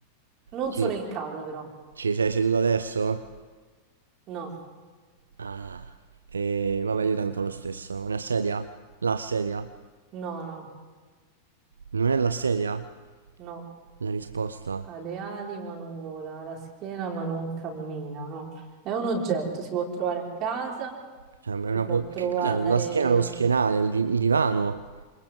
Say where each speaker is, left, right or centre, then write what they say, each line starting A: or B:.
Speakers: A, on the right; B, on the right.
A: non
B: Ci,
A: solo in casa però.
B: ci sei seduto adesso?
A: No,
B: Ah. E vabbè, io tanto lo stesso. Una sedia? La sedia?
A: no, no,
B: Non è la sedia?
A: no.
B: La risposta?
A: Ha le ali ma non vola, ha la schiena ma non cammina, no. È un oggetto, si può trovare a casa,
B: Cioè, è
A: si
B: una
A: può
B: pol-
A: trovare...
B: che cos'è? La schiena, lo schienale, il, di- il divano,